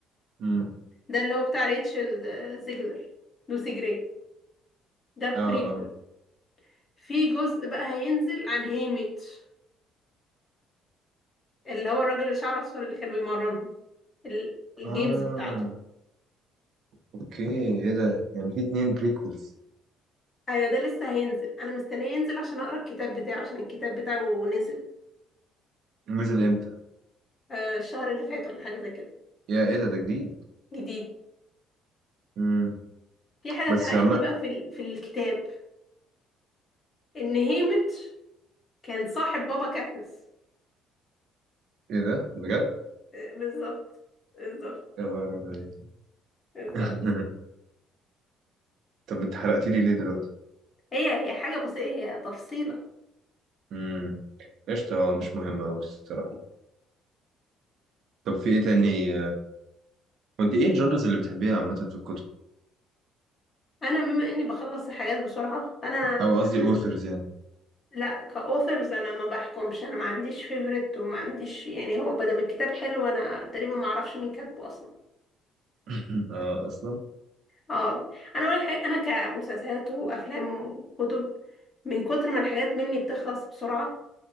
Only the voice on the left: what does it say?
ده اللي هو بتاع ريتشل آه، زيجلر لوسي جراي ده
بريكول في جزء بقى هينزل عن هيميتش اللي هو الراجل اللي شعره اصفر اللي كان بيمرنهم ال- الجيمز
بتاعته
ايوه ده لسه هينزل انا مستنيه ينزل عشان اقرا الكتاب بتاعه عشان الكتاب بتاعه نزل
آه، الشهر اللي فات ولا حاجه زي كده
جديد
في حاجه
اتحرقت
لي بقى في ال- في الكتاب ان هيميتش كان صاحب بابا كاتنس
آه، بالظبط بالظبط
بالظبط
هي هي حاجه بسيطه هي تفصيله
انا بما اني بخلص الحاجات بسرعه فانا
لا كاوثرز انا ما بحكمش انا ما عنديش فيفرت وما عنديش يعني هو بدل ما الكتاب حلو انا تقريبا ما اعرفش مين كاتبه اصلا
اه انا اول حاجه انا كمسلسلات وافلام وكتب من كتر ما الحاجات مني بتخلص بسرعه